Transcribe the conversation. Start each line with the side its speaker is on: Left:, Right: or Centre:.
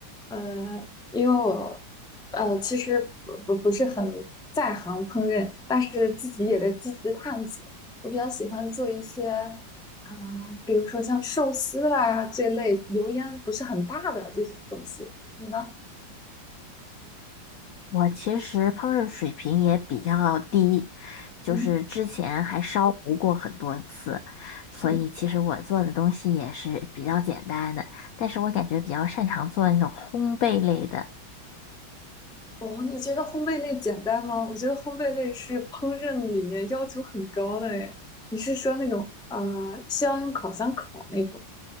Centre: 呃，因为我呃其实不不不是很在行烹饪，但是自己也在积极探索。我比较喜欢做一些啊、比如说像寿司啦这类油烟不是很大的这种东西。你呢？
Left: 我其实烹饪水平也比较低，就是之前还烧糊过很多次，
Centre: 嗯
Left: 所以其实我做的东西也是比较简单的，
Centre: 嗯。
Left: 但是我感觉比较擅长做那种烘焙类的。
Centre: 哦，你觉得烘焙类简单吗？我觉得烘焙类是烹饪里面要求很高的诶。你是说那种呃，需要用烤箱烤那种